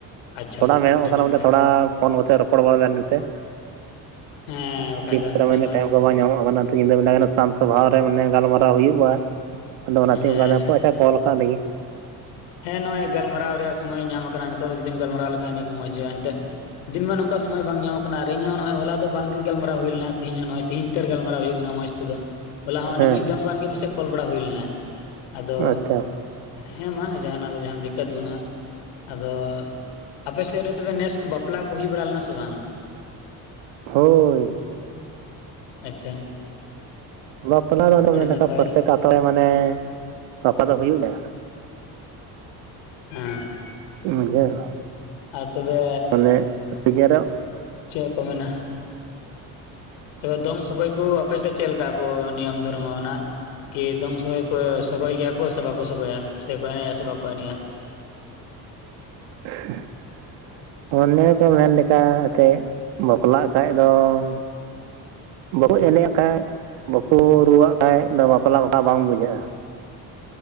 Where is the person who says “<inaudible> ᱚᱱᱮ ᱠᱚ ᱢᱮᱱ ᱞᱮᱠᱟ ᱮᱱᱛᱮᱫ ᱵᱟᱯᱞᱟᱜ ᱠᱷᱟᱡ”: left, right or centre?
Right